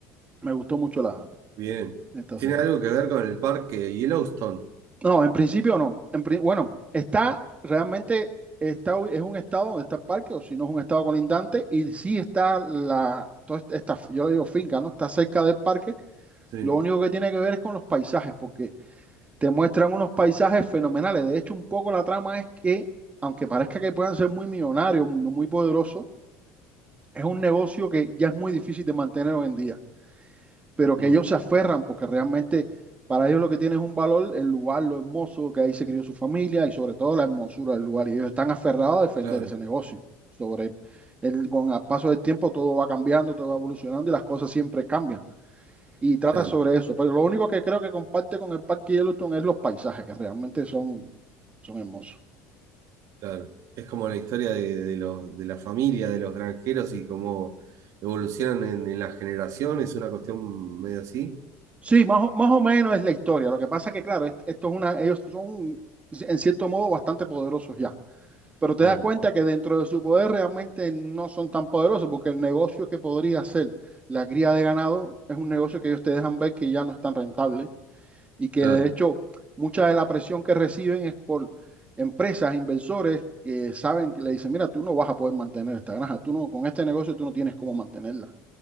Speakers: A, on the right (about 20°); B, on the right (about 60°).
A: me gustó mucho la,
B: bien.
A: esta
B: ¿Tiene
A: serie.
B: algo que ver con el parque Yellowstone?
A: No, en principio no. En pri- bueno, está realmente, está, ubi- es un estado donde está el parque, o si no es un estado colindante, y sí está la, toda esta, esta- yo le digo finca, ¿no? Está cerca del parque.
B: Sí,
A: Lo único que tiene que ver es con los paisajes, porque te muestran unos paisajes fenomenales. De hecho, un poco la trama es que, aunque parezca que puedan ser muy millonarios, muy poderosos, es un negocio que ya es muy difícil de mantener hoy en día, pero que
B: mm,
A: ellos se aferran porque realmente para ellos lo que tiene es un valor el lugar, lo hermoso que ahí se crió su familia y sobre todo la hermosura del lugar. Y ellos están aferrados a defender
B: claro,
A: ese negocio. Sobre el, con el paso del tiempo todo va cambiando, todo va evolucionando y las cosas siempre cambian y trata
B: claro.
A: sobre eso. Pero lo único que creo que comparte con el Parque Yellowstone es los paisajes, que realmente son, son hermosos.
B: Claro, es como la historia de, de los, de la familia, de los granjeros y cómo evolucionan en, en las generaciones, una cuestión medio así.
A: Sí, más o, más o menos es la historia. Lo que pasa es que, claro, est- esto es una, ellos son, en cierto modo, bastante poderosos ya. Pero te
B: Mm,
A: das cuenta que dentro de su poder realmente no son tan poderosos, porque el negocio que podría ser la cría de ganado es un negocio que ellos te dejan ver que ya no es tan rentable y que
B: claro,
A: de hecho mucha de la presión que reciben es por empresas, inversores que saben, que le dicen, mira, tú no vas a poder mantener esta granja, tú no, con este negocio tú no tienes cómo mantenerla.